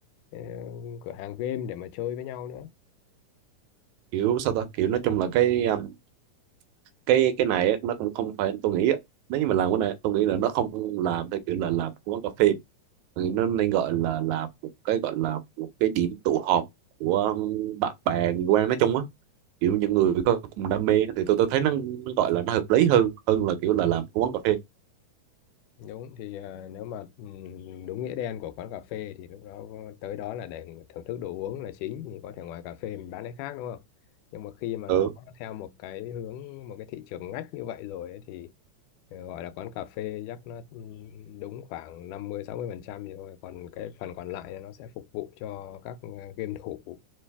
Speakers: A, on the left (about 85°); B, on the right (about 75°).
A: ờ, cửa hàng game để mà chơi với nhau nữa
B: kiểu sao ta kiểu nói chung là cái um, cái cái này á, nó cũng không phải tôi nghĩ á. nếu như mà làm cái này tôi nghĩ là nó không làm theo kiểu là làm của quán cà phê Tôi nghĩ nó nên gọi là làm một cái gọi là một cái điểm tụ họp của um, bạn bè người quen nói chung á kiểu những người có cùng đam mê thì tôi tôi thấy nó, nó gọi là nó hợp lý hơn hơn là kiểu là làm cái quán cà phê
A: đúng thì ờ, nếu mà ừm, đúng nghĩa đen của quán cà phê thì lúc đó tới đó là để thưởng thức đồ uống là chính thì có thể ngoài cà phê mình bán cái khác đúng không nhưng mà khi mà
B: ừ
A: nó theo một cái hướng một cái thị trường ngách như vậy rồi ấy, thì ờ, gọi là quán cà phê chắc nó ừm, đúng khoảng năm mươi sáu mươi phần trăm thì thôi còn cái phần còn lại nó sẽ phục vụ cho các ờ, game thủ